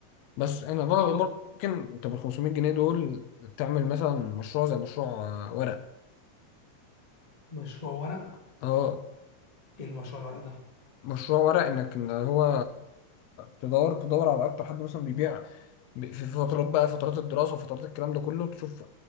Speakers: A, on the left; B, on the left.
A: بس أنا بر-
B: والله
A: برضه ممكن أنت بال 500 جنيه دول تعمل مثلا مشروع زي مشروع آه، ورق
B: مشروع ورق
A: أه
B: ايه المشروع الورق ده
A: مشروع ورق انك ان هو تدور تدور على اكتر حد مثلا بيبيع ب- في فترات بقى فترات الدراسه وفترات الكلام ده كله تشوف